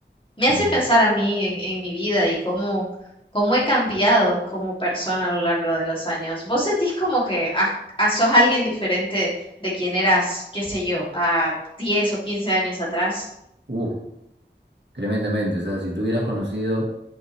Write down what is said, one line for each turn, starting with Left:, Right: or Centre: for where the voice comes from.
Left: Me
Right: sí.
Left: hace
Right: de-
Left: pensar a mí en, en mi vida y cómo, cómo he cambiado como persona a lo largo de los años. ¿Vos sentís como que has- ah, sos alguien diferente de quien eras, qué sé yo, a 10 o 15 años atrás?
Right: Uf, tremendamente. O sea, si tú hubieras conocido